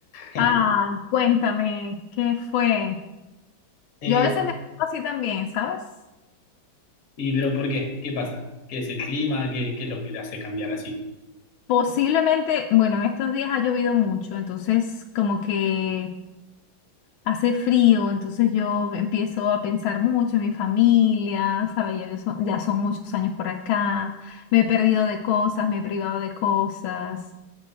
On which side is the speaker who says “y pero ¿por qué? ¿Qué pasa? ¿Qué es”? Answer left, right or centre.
Left